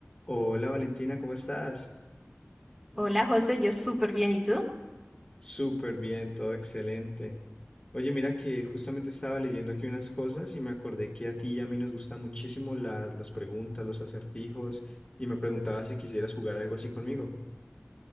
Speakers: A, on the left; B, in the centre.
A: Hola Valentina, ¿cómo estás?
B: Hola José, yo súper bien, ¿y tú?
A: Súper bien, todo excelente. Oye, mira que justamente estaba leyendo aquí unas cosas y me acordé que a ti y a mí nos gustan muchísimo la- las preguntas, los acertijos, y me preguntaba si quisieras jugar algo así conmigo.